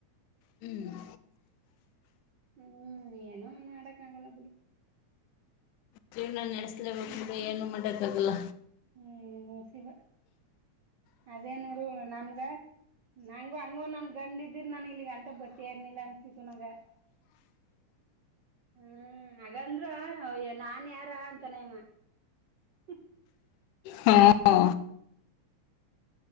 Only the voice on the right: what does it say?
ಹ್ಮ್ ಏನ ಮಾಡಕ್ ಆಗಲ್ಲ ಬಿಡು
ಹ್ಮ್
ಹ್ಮ್ ಶಿವ ಅದೇ ನೋಡು ನಮ್ಗ ನಂಗ ಹಂಗೋ ನನ್ ಗಂಡ್ ಇದಿದಿರ ನನ್ ಇಲ್ಲಿಗ್ ಅಂತ ಬತರ್ನಿಲ್ಲ ಅನ್ಸ್ತಿತ್ತು ನಂಗ ಹ್ಮ್ ಹಾಗಂದ್ಯ ನಾ ಯಾರ ಅಂತಾನಮ್ಮ <inaudible> <unintelligible>